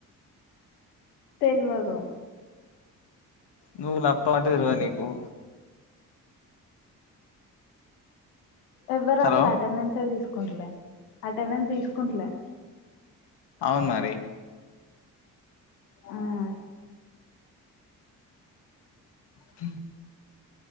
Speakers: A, on the left (about 80°); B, on the left (about 60°).
A: తెల్వదు.
B: నువ్వు లప్ప అంటే తెలువది నీకు
A: ఎవ్వరు
B: హలో
A: అసలు అటెండెన్స్ ఎ తీసుకో కుంటలే అటెండెన్స్ తీసుకుంటలే
B: అవును మరి
A: ఆ
B: హ